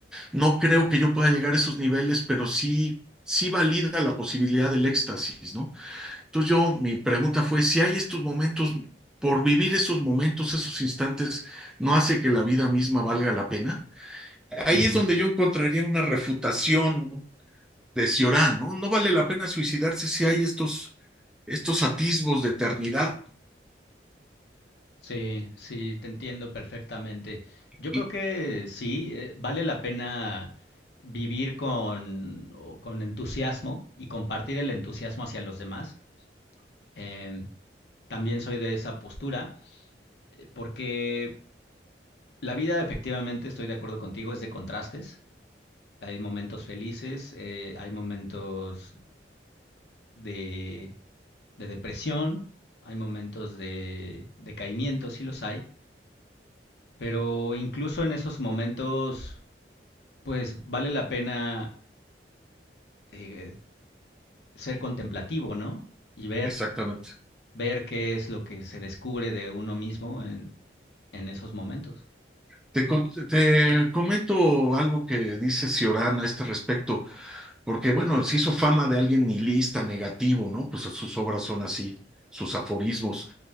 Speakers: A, in the centre; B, on the left.
A: No creo que yo pueda llegar a esos niveles, pero sí, sí valida la posibilidad del éxtasis, ¿no? Entonces yo, mi pregunta fue, si hay estos momentos, por vivir esos momentos, esos instantes, ¿no hace que la vida misma valga la pena? Ahí
B: Ujú.
A: es donde yo encontraría una refutación de Ciorán, ¿no? No vale la pena suicidarse si hay estos, estos atisbos de eternidad.
B: Sí, sí, te entiendo perfectamente. Yo
A: Y,
B: creo que sí, eh, vale la pena vivir con, o- con entusiasmo y compartir el entusiasmo hacia los demás. Em, también soy de esa postura, eh, porque la vida efectivamente, estoy de acuerdo contigo, es de contrastes. Hay momentos felices, eh, hay momentos de de depresión, hay momentos de decaimiento, sí los hay, pero incluso en esos momentos, pues vale la pena eh, ser contemplativo, ¿no? Y ver,
A: exactamente.
B: ver qué es lo que se descubre de uno mismo en, en esos momentos.
A: Te, te comento algo que dice Ciorán a este respecto, porque bueno, se hizo fama de alguien nihilista, negativo, ¿no? Pues sus obras son así, sus aforismos.